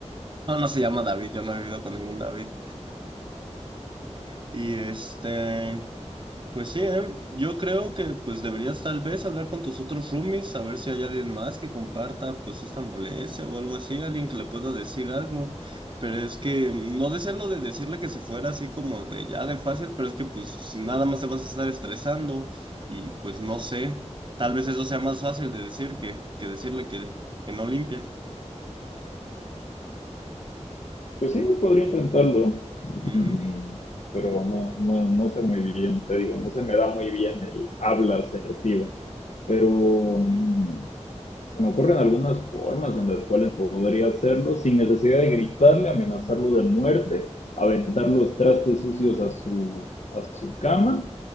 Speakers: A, on the right; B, on the left.
A: No, no se llama David, yo no he vivido con ningún David. Y este... Pues sí, ¿eh? Yo creo que pues deberías tal vez hablar con tus otros roomies, a ver si hay alguien más que comparta pues esta molestia o algo así, alguien que le pueda decir algo. Pero es que mm, no desearlo de decirle que se fuera así como de ya de fácil, pero es que pues si nada más te vas a estar estresando y pues no sé, tal vez eso sea más fácil de decir que, que decirle que, que no limpia.
B: Pues sí, podría intentarlo, Mm,
A: Ujú.
B: pero no, no, no sé muy bien, te digo, no se me da muy bien el habla asertiva, pero
A: Ujú.
B: mm, se me ocurren algunas formas en las cuales podría hacerlo sin necesidad de gritarle, amenazarlo de muerte, aventar los trastes sucios a su, a su cama